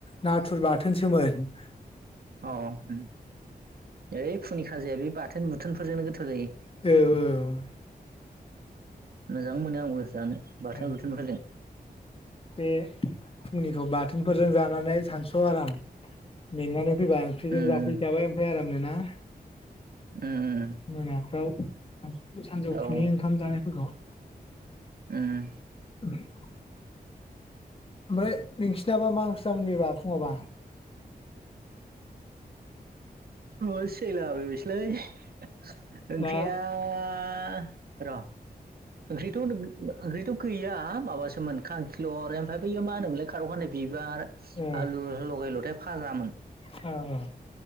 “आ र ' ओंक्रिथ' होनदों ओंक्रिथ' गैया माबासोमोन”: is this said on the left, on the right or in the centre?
Right